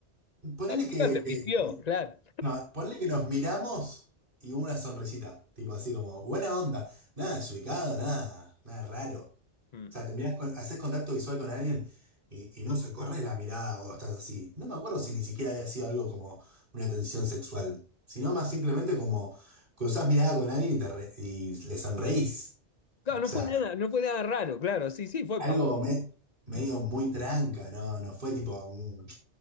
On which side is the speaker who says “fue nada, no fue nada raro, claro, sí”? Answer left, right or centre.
Left